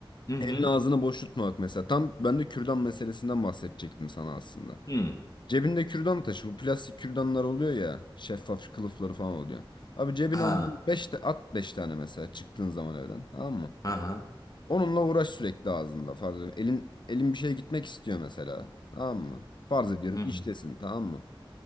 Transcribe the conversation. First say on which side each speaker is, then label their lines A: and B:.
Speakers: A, on the left; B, on the left.
A: Hı hı.
B: Elin ağzını boş tutmamak mesela. Tam ben de kürdan meselesinden bahsedecektim sana aslında.
A: Hı.
B: Cebinde kürdan taşı. Bu plastik kürdanlar oluyor ya. Şeffaf kılıfları falan oluyor. Abi cebine
A: Ha.
B: ondan 5 de at 5 tane mesela çıktığın zaman evden tamam mı?
A: Aha.
B: Onunla uğraş sürekli ağzında farz ediyorum. Elin, elin bir şeye gitmek istiyor mesela. Tamam mı? Farz ediyorum
A: Hı hı.
B: iştesin tamam mı?